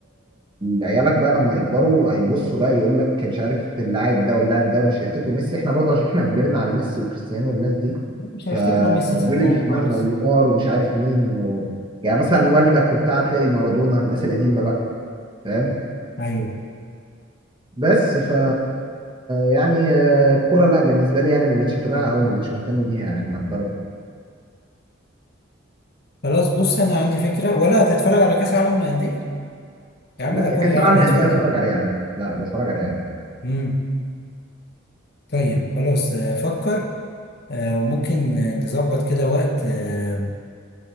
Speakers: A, on the right (about 25°); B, on the left (about 55°).
A: آه، عيالك بقى لما يكبروا هيبصوا بقى يقول لك مش عارف اللاعب ده واللاعب ده ومش هيفتكروا ميسي احنا برضه عشان احنا كبرنا على ميسي وكريستيانو والناس دي
B: مش هيفتكره
A: فدول
B: ميسي صدقني
A: اللي في دماغنا
B: خالص
A: ونيمار ومش عارف مين و... يعني مثلا والدك وبتاع تلاقي مارادونا الناس القديمه بقى فاهم
B: ايوه
A: بس ف يعني آه، الكوره لا بالنسبه لي يعني ما بقتش اتابعها او ما بقتش مهتم بيها يعني على الدرجه
B: خلاص بص انا عندي فكرة ولا هتتفرج على كأس العالم للأندية يا
A: لا
B: عم ده كل
A: كاس
B: العالم
A: العالم
B: هيتفرج
A: للانديه اتفرج عليه عادي لا بتفرج عليه عادي
B: امم طيب خلاص آه، فكر آه، وممكن نظبط كده وقت آه،